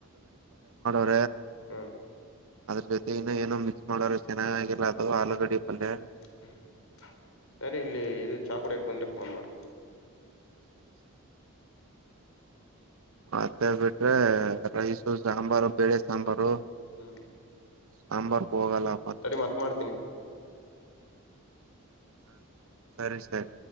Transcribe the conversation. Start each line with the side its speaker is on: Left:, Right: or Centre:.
Right: ಹ
Left: ಹ್ಮ್
Right: ಅದ್ರ ಜೊತೆ ಇನ್ನು ಏನೋ ಮಿಕ್ಸ್ ಮಾಡೋರು ಚೆನ್ನಾಗಾಗಿರಲ್ಲ ಅದು ಆಲೂಗಡ್ಡಿ ಪಲ್ಯ
Left: ಹ್ಮ್ ಸರಿ ಇಲ್ಲಿ ಇದು ಚಾಕುಡಿಯಗೆ ಬಂದ್ರೆ ಫೋನ್ ಮಾಡ
Right: ಬ ಮತ್ತೆ ಬಿಟ್ರೆ ರೈಸು ಸಾಂಬಾರು ಬೇಳೆ ಸಾಂಬಾರು
Left: ಹ್ಮ್
Right: ಸಾಂಬಾರ ಹೋಗಲ್ಲಪ್ಪ
Left: ತಡಿ ಮತ್ ಮಾಡ್ತೀನಿ
Right: ಹ ಸರಿ ಸರಿ